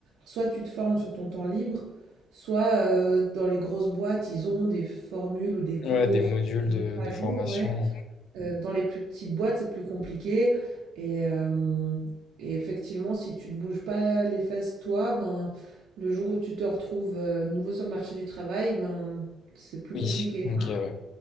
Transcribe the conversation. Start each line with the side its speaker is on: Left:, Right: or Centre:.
Right: Soit tu te formes sur ton temps libre, soit euh, dans les grosses boîtes, ils ont des formules ou des cours
Left: Ouais, des modules de,
Right: à mettre à
Left: de
Right: jour,
Left: formation.
Right: ouais. Euh, dans les plus petites boîtes, c'est plus compliqué. Et, euh, et effectivement, si tu ne te bouges pas les fesses, toi, ben, le jour où tu te retrouves euh, nouveau sur le marché du travail, ben, c'est plus
Left: Oui,
Right: compliqué.
Left: ok, ouais.